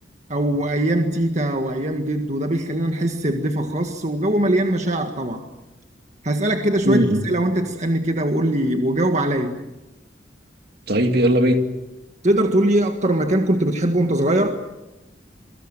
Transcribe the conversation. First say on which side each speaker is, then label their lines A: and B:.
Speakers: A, on the right; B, on the right.
A: أو أيام تيتا وأيام جدو ده بيخلينا نحس بدفء خاص وجو مليان مشاعر طبعا هسألك كده شوية
B: م-م.
A: أسئلة وأنت تسألني كده وقول لي وجاوب عليا
B: طيب يلا بينا
A: تقدر تقول لي إيه أكتر مكان كنت بتحبه وأنت صغير؟